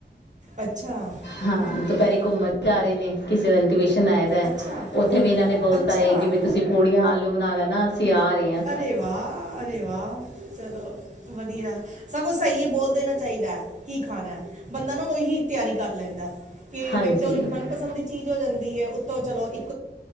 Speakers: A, on the right; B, on the left.
A: ਅੱਛਾ।
B: ਹਾਂ
A: ਠੀਕ
B: ਦੁਪਹਿਰੇ
A: ਹੈ
B: ਘੁੰਮਣ ਜਾ ਰਹੇ ਨੇ ਕਿਸੇ ਦਾ ਇਨਵੀਟੇਸ਼ਨ ਆਇਆ
A: ਅੱਛਾ
B: ਉੱਥੇ ਵੀ ਇਹਨਾਂ ਨੇ ਬੋਲਤਾ
A: ਅੱਛਾ
B: ਇਹ ਕਿ ਤੁਸੀਂ ਪੂੜੀਆਂ ਆਲੂ ਬਣਾ ਲੈਣਾ ਅਸੀਂ ਆ ਰਹੇ ਹਾ।
A: ਅਰੇ ਵਾਹ ਅਰੇ ਵਾਹ ਚਲੋ ਵਧੀਆ ਸਗੋਂ ਸਹੀ ਹੈ ਬੋਲ ਦੇਣਾ ਚਾਹੀਦਾ ਹੈ ਕੀ ਖਾਣਾ ਹੈ ਬੰਦਾ ਨਾ ਉਹੀ ਤਿਆਰੀ ਕਰ ਲੈਂਦਾ ਕਿ
B: ਹਾਂਜੀ
A: ਇੱਕ ਤਾਂ ਉਹਦੀ ਮਨਪਸੰਦ ਦੀ ਚੀਜ਼ ਹੋ ਜਾਂਦੀ। ਉੱਤੋਂ ਚਲੋ ਇੱਕ